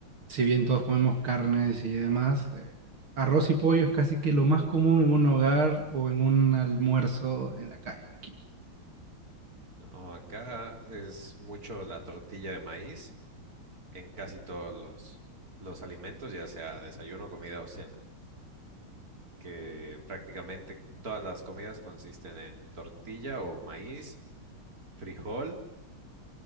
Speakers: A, on the right; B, on the right.
A: si bien todos comemos carnes y demás, eh, arroz y pollo es casi que lo más común en un hogar o en un almuerzo en la calle aquí.
B: no, acá es mucho la tortilla de maíz en casi todos los, los alimentos, ya sea desayuno, comida o cena, que prácticamente todas las comidas consisten en tortilla o maíz, frijol